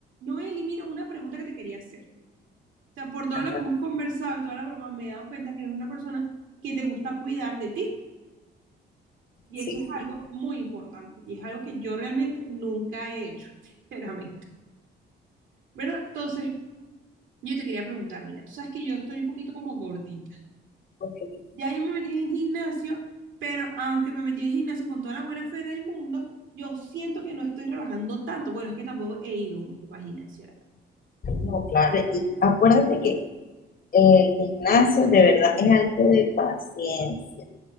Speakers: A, on the right (about 75°); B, on the left (about 50°).
A: Noeli, mira, una pregunta que te quería hacer. O sea, por todo
B: Ajá,
A: lo que hemos conversado y toda la broma, me he dado cuenta que eres una persona que te gusta cuidar de ti. Y
B: sí,
A: eso es
B: sí.
A: algo muy importante. Y es algo que yo realmente nunca he hecho, <laughs> sinceramente. ¿Verdad? Entonces, yo te quería preguntar, mira, tú sabes que yo estoy un poquito como gordita.
B: Ok,
A: Ya yo me metí en el gimnasio, pero aunque me metí en el gimnasio con toda la buena fe del mundo, yo siento que no estoy rebajando tanto. Bueno, es que tampoco he ido mucho para el gimnasio.
B: no, claro. Y acuérdate que el gimnasio de verdad es algo de paciencia.